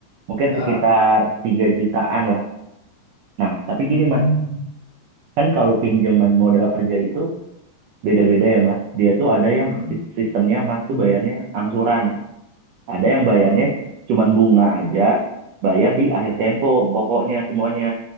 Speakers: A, on the right; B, on the left.
A: Mungkin
B: Ah,
A: sekitar 3 jutaan lah. Nah, tapi gini
B: hmm,
A: Mas, kan kalau pinjaman modal kerja itu beda-beda ya Mas. Dia tuh ada yang
B: hmm,
A: sis- sistemnya Mas tuh bayarnya angsuran. Ada yang bayarnya
B: heeh.
A: cuman bunga aja, bayar di akhir tempo, pokoknya semuanya.